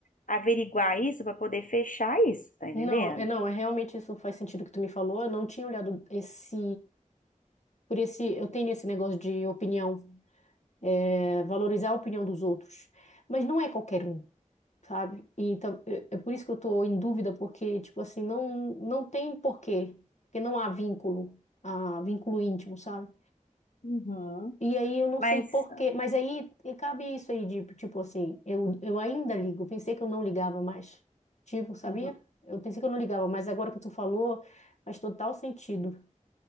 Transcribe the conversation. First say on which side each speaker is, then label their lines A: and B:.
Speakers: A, on the left; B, on the left.
A: averiguar isso para poder fechar isso, tá entendendo?
B: Não, é, não, é realmente isso faz sentido que tu me falou. Eu não tinha olhado esse Por esse, eu tenho esse negócio de opinião, é, valorizar a opinião dos outros, mas não é qualquer um, sabe? E então é é por isso que eu tô em dúvida, porque tipo assim, não não tem porquê, porque não há vínculo, ah, vínculo íntimo, sabe?
A: Uhum,
B: E aí eu não
A: Mas
B: sei porquê, mas aí e cabe isso aí de tipo assim, eu, eu ainda ligo, pensei que eu não ligava mais. Tipo, sabia?
A: uhum.
B: Eu pensei que eu não ligava, mas agora que tu falou, faz total sentido.